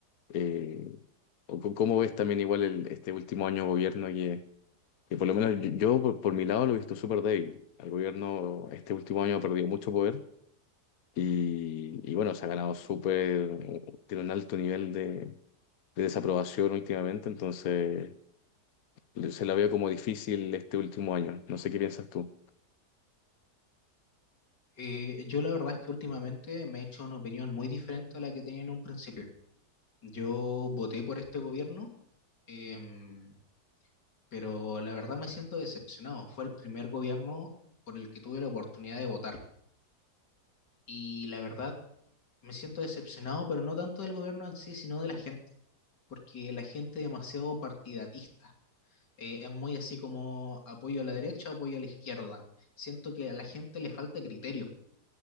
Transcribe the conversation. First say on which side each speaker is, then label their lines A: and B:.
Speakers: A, on the left (about 65°); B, on the left (about 85°).
A: Eh, o c- ¿cómo ves también igual el- este último año de gobierno que, que por lo menos yo, yo por, por mi lado lo he visto súper débil. El gobierno este último año ha perdido mucho poder y, y bueno, se ha ganado súper, tiene un alto nivel de, de desaprobación últimamente, entonces le- se la veo como difícil este último año. No sé qué piensas tú.
B: Eh, yo la verdad es que últimamente me he hecho una opinión muy diferente a la que tenía en un principio. Yo voté por este gobierno, em, pero la verdad me siento decepcionado. Fue el primer gobierno por el que tuve la oportunidad de votar. Y la verdad me siento decepcionado, pero no tanto del gobierno en sí, sino de la gente, porque la gente es demasiado partidatista. Eh, es muy así como apoyo a la derecha, apoyo a la izquierda. Siento que a la gente le falta criterio.